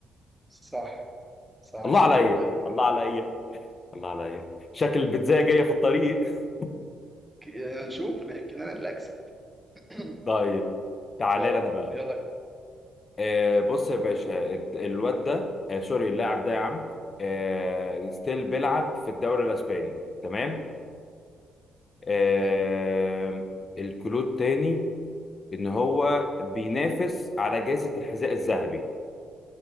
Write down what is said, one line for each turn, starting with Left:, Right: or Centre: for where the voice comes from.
Centre: صح صح
Left: الله عليا
Centre: كده الله ينور
Left: الله عليا الله عليا شكل البيتزايه
Centre: <laughs>
Left: جايه في الطريق <laughs>
Centre: ك- يعني نشوف ما يمكن انا اللي اكسب <coughs> <clears throat>
Left: طيب تعالى
Centre: يلا
Left: لي انا بقى
Centre: يلا
Left: آه، بص يا باشا الد- الواد ده آه، سوري اللاعب ده يا عم آه، ستيل بيلعب في الدوري الاسباني تمام آم،
Centre: تمام
Left: الكلود تاني ان هو بينافس على جائزة الحذاء الذهبي